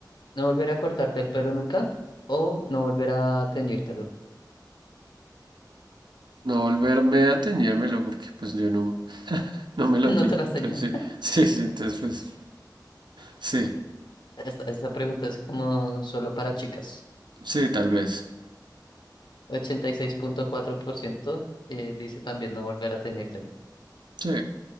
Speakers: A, on the left (about 75°); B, on the right (about 75°).
A: no volver a cortarte el pelo nunca o no volver a teñírtelo. <laughs>
B: No volverme a teñírmelo porque pues yo no, no me lo
A: No
B: tiño.
A: te las teñía.
B: Entonces sí, <laughs> sí, sí, entonces pues sí,
A: Esta, esta pregunta es como solo para chicas.
B: sí, tal vez.
A: 86.4% eh, dice también no volver a teñírtelo.
B: Sí,